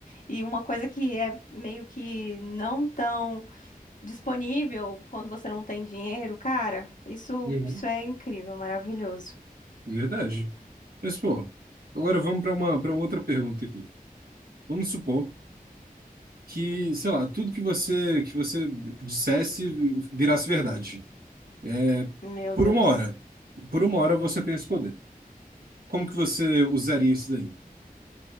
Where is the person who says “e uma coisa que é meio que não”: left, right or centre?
Left